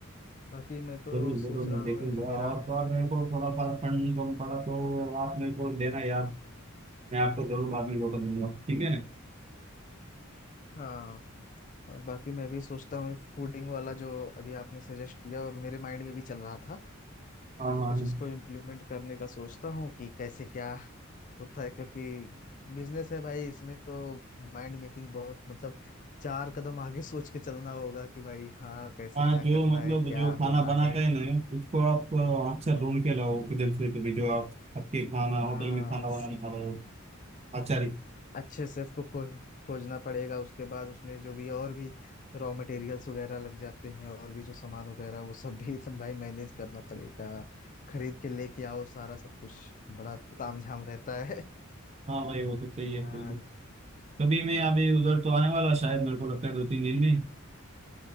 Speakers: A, on the left (about 40°); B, on the right (about 30°).
A: बाकी मैं तो
B: जरूर जरूर
A: सोच रहा
B: मैं देखूंगा
A: हूँ ये जो मेरा
B: और तो और मेरे को थोड़ा पास फंड कम पड़ा तो आप मेरे को देना यार मैं आपको जरूर बाद में लौटा दूंगा ठीक है ना
A: हाँ और बाकी मैं भी सोचता हूँ फूडिंग वाला जो अभी आपने सजेस्ट किया और मेरे माइंड में भी चल रहा था
B: हाँ
A: तो
B: हाँ
A: कुछ इसको इम्प्लीमेंट करने का सोचता हूँ कि कैसे क्या होता है क्योंकि बिजनेस है भाई इसमें तो माइंड मेकिंग बहुत मतलब चार कदम आगे सोच के चलना होगा कि भाई हाँ कैसे
B: हाँ
A: क्या
B: हाँ, जो
A: करना
B: मतलब
A: है क्या
B: जो खाना
A: होना
B: बनाते
A: है
B: हैं ना उसको आप अ, अच्छा ढूंढ के लाओ किधर से तो भी जो आप आपके खाना
A: हाँ
B: होटल में खाना बनाने वाला हो अच्छा
A: अच्छे से उसको खोज खोजना पड़ेगा उसके बाद उसमें जो भी और भी रॉ मटेरियल्स वगैरह लग जाते हैं और भी जो सामान वगैरह वो सब भी <laughs> सब भाई मैनेज करना पड़ेगा खरीद के लेके आओ सारा सब कुछ बड़ा तामझाम रहता है
B: हाँ भाई वो तो सही
A: और
B: है सही है। कभी मैं अभी उधर तो आने वाला शायद मेरे को लगता है दो तीन दिन में